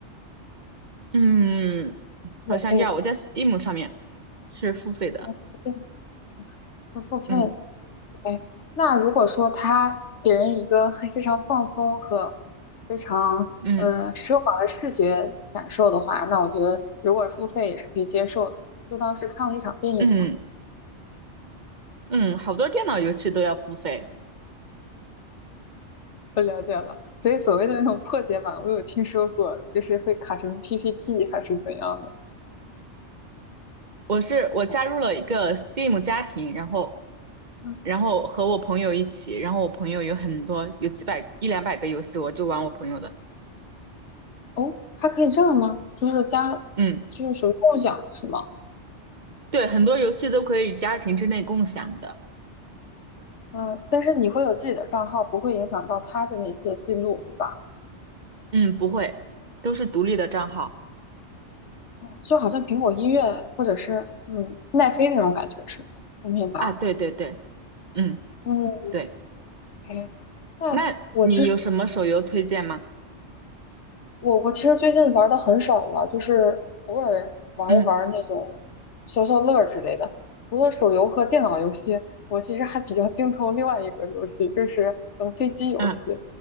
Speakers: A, on the right; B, on the left.
A: 嗯，
B: 免费的，
A: 好像要我在 Steam 上面是付费的，
B: 对是付费的。
A: 嗯
B: 哎，那如果说他给人一个很非常放松和非常嗯奢华的视觉感受的话，
A: 嗯
B: 那我觉得如果付费也是可以接受的，就当是看了一场电影嘛。
A: 嗯嗯，好多电脑游戏都要付费。
B: 我了解了，所以所谓的那种破解版，我有听说过，就是会卡成 PPT 还是怎样的。
A: 我是我加入了一个
B: 哦
A: Steam 家庭，然后
B: 嗯，
A: 然后和我朋友一起，然后我朋友有很多有几百一两百个游戏，我就玩我朋友的。
B: 哦，还可以这样吗？就是加，
A: 嗯，
B: 就是属于共享是吗？
A: 对，很多游戏都可以家庭之内共享的。
B: 嗯，但是你会有自己的账号，不会影响到他的那些记录，对吧？
A: 嗯，不会，都是独立的账号
B: 就好像苹果音乐或者是嗯奈飞那种感觉是，我明白了。
A: 啊。对对对，嗯
B: 嗯
A: 对。
B: ，OK，那我其实
A: 那你有什么手游推荐吗？
B: 我我其实最近玩的很少了，就是偶尔玩一玩那种消消乐之类的。
A: 嗯
B: 除了手游和电脑游戏，我其实还比较精通另外一个游戏，就是呃飞机游戏。
A: 嗯。